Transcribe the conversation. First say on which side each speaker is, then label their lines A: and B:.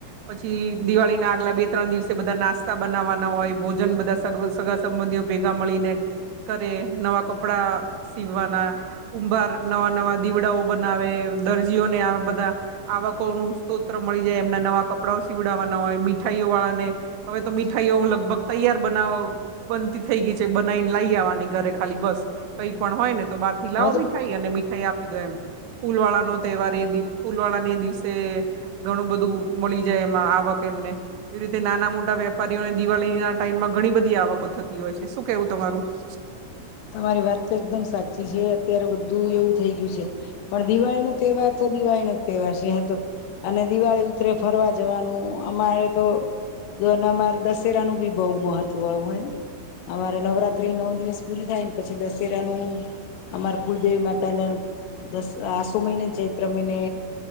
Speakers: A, on the right; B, on the left.
A: પછી દિવાળી ના આગલા બે ત્રણ દિવસે બધા નાસ્તા બનાવવાના હોય ભોજન બધા સગા સંબંધીઓ ભેગા મળીને કરે નવા કપડા સીવાના. કુંભાર નવા નવા દીવડાઓ બનાવે દરજીઓને આવ બધા આવકોનું સ્તોત્ર મળી જાય એમના નવા કપડાંઓ સીવડાવવાના હોય મીઠાઈઓ વાળાને હવે તો મીઠાઈઓ લગભગ તૈયાર બનાવ બનતી થઈ ગઈ છે બનાઈને લઈ આવવાની ઘરે ખાલી બસ કઈ પણ હોય ને તો બાર થી
B: હવે
A: લાવો
B: તો
A: મીઠાઈ અને મીઠાઈ આપી દો એમ ફૂલ વાળા નો તહેવાર એ દિવ ફૂલવાળની દિવસે ઘણું બધું મળી જાય એમાં આવક એમને. એવી રીતે નાના મોટા વેપારીઓને દિવાળીના ટાઈમમાં ઘણી બધી આવકો થતી હોય છે શું કેવું તમારું? <inaudible>
B: તમારી વાત તો એકદમ સાચી છે અત્યારે બધું એવું થઈ ગ્યું છે. પણ દિવાળીનો તહેવાર તો દિવાળીનો જ તહેવાર છે એતો. અને દિવાળી ઉતરે ફરવા જવાનું અમારે તો <unintelligible> અમારે દશેરા નું બી બઉ મહત્વ હોયન અમારે નવરાત્રી નવ દિવસ પૂરી થાયને પછી દશેરાનું અમાર કુલદેવી માતાને દસ આસુ મહિને ચૈત્ર મહિને